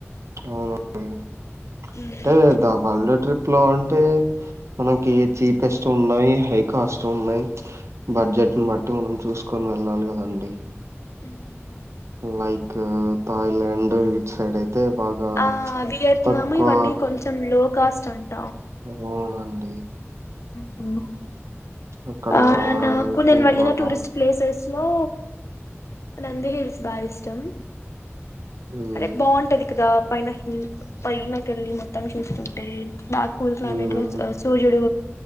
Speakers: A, on the right (about 75°); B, on the left (about 75°).
A: అవున <unintelligible>
B: మ్మ్,
A: టే ద హాల్డే ట్రిప్ ప్ లో అంటే మనకి చీపెస్ట్ ఉన్నాయి హై కాస్ట్ ఉన్నాయి బడ్జెట్ ని బట్టి మనం చూసుకొని వెళ్ళాలి కదండి
B: మ్మ్.
A: లైక్ థాయ్లండ్ ఇట్ సైడై తే బాగా
B: ఆ వియత్నాం
A: తక్కువ
B: ఇవన్నీ కొంచెం లో కాస్ట్ అంట
A: <inaudible> అవునం మ్మ్
B: పోవును
A: అక్కడ
B: ఆ నాకు
A: అయితే
B: నేను వెళ్ళిన
A: బాగా
B: టూరిస్ట్ ప్లేసెస్ లో నంది
A: హ్మ్.
B: హిల్స్ బాయిస్ తం
A: హ్మ్.
B: అదే బావుంటది కదా పైన హాల్ పైనకెళ్ళి మొత్తం చూస్తుంటే బా కూల్ క్లైమేట్
A: హ్మ్.
B: లో సూర్యుడు